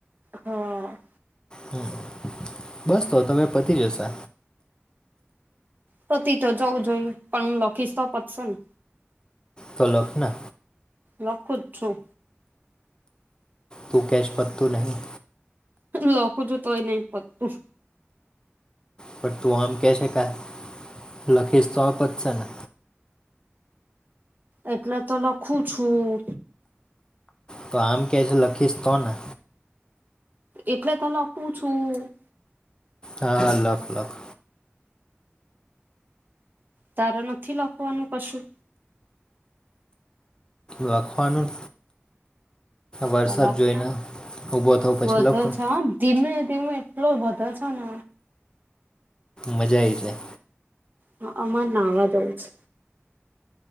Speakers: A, on the right; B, on the left.
A: હા.
B: હમ્મ બસ તો તમ પતી જશે.
A: પતિ તો જવું જોઈએ પણ હું લખીશ તો પતશે ને
B: તો લાખને
A: લખું જ છું.
B: તું કેશ પતું નહીં.
A: લખું છું તોય નહી પતું
B: પણ તું આમ કહે શકાય લખીશ તો આ પતશે જ ને
A: એટલે તો લખું છું.
B: તો આમ કે છે લખીશ તો ને
A: એટલે તો લખું છું.
B: હા લખ લખ
A: તાર નથી લખવાનું કશું
B: લખવાનું વરસાદ
A: તો લખ
B: જોઈને
A: ને
B: ઊભો થઉ પછી
A: વધે
B: લખવાનું
A: છે હ ધીમે ધેવું એટલો વધે છે ને
B: મજા આવી જાય.
A: હ અમાર નાવા જઉ છે.